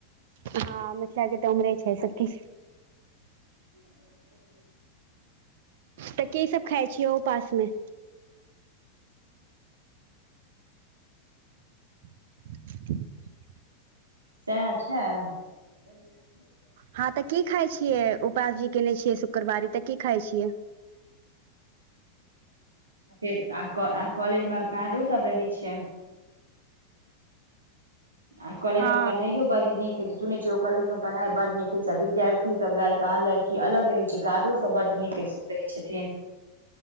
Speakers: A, on the right; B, on the right.
A: हँ मिथिलाक के तऽ उमरे छै सखी
B: <inaudible>
A: तऽ की सब खाइ छियै ‌ओ उपास मे <inaudible>
B: सएह छै <unintelligible>
A: हँ तऽ की खााय छियै उपास जी केने छियै शुक्रवारी तऽ की खााय छियै
B: आ फेर कॉलेज मे गार्डो सब रहे छै आ कॉलेज
A: हँ
B: मे पढ़ाइयो बड नीक हइ छै सुनै छ कॉलेज मे पढ़ाई बड नीक हय छै विद्यार्थी सब लड़का लड़की अलग रहे छै गार्डो सब बड नीक रहै छै रहै छथिन